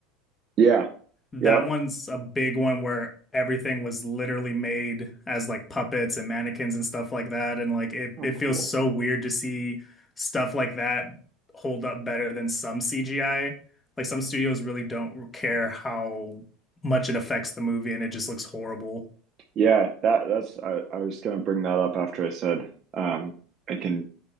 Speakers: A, on the right; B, on the left.
A: Yeah.
B: That
A: Yep.
B: one's a big one where everything was literally made as like puppets and mannequins and stuff like that. And like it,
A: Oh,
B: it
A: cool.
B: feels so weird to see stuff like that hold up better than some CGI. Like some studios really don't care how much it affects the movie and it just looks horrible.
A: Yeah. That that's I, I was gonna bring that up after I said um I can